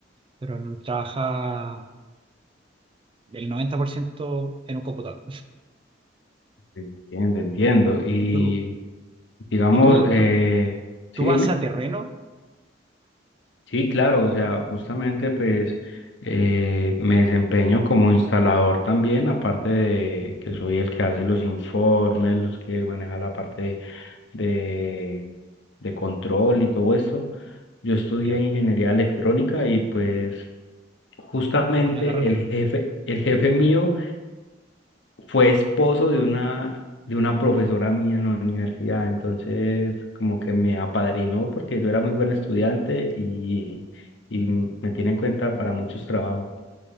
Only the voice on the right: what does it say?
pero no- trabajaba el 90% en un computador.
¿Y tú,
y tú,
tú,
tú vas
a terreno?
Ya,
Oh, buena carrera.